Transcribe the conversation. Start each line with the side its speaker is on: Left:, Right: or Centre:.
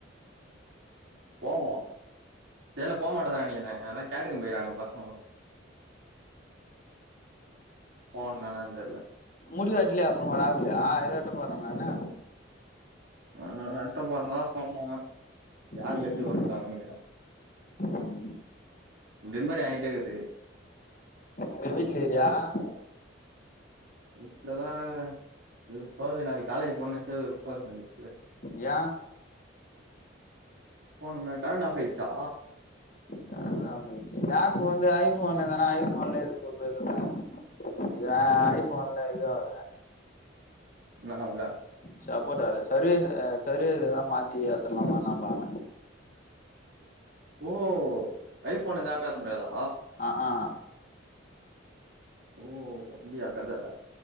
Right: போவோ தெர்ல்ல போ மாட்டோனு தா நெனைக்கிறே எல்லா கேட்ரிங் போய்றுகானுக பசங்கோ போனுனனா தெரில
Left: முடி வெட்லயா அப்புறமா ராகுலு அது வெட்ட போறே நானா
Right: ஆ வெட்ட போறந்தா சொன்னா யாரு
Left: ம்
Right: வெட்டி விட போறானு தெரில
Left: ம்
Right: ட்ரிம்மர் ஏகிட்டேருக்குது
Left: <unintelligible>
Right: வீட்டு்ல தான் இருக்குறே வெறுப்பாகுது நாளைக்கு காலேஜ் போனுன்னு நெனச்சாலே வெறுப்பாகுது எனக்கு இப்பவே
Left: ஏ
Right: போனுன்னா கரண்ட் ஆஃப் ஆய்டுச்சா
Left: கரென்ட் தா ஆஃப் ஆய்ட்ச்சு ஆப்பு வந்து ஐ ஃபோன் தான ஐ ஃபோன்லயே <unintelligible> யா
Right: ம்
Left: ஐ ஃபோன்ல இது ஆவாதா
Right: என்னது ஆவ்ல
Left: சப்போர்ட் ஆகல சர்வீஸ் சர்வீஸ் எதானா மாத்தி ஏத்தலாமா பாக்குறே
Right: ஓ ஐ ஃபோன்ல இந்த ஆப் ஏத்த முடியாதா
Left: அ ஆ
Right: ஓ அப்டியாக் கத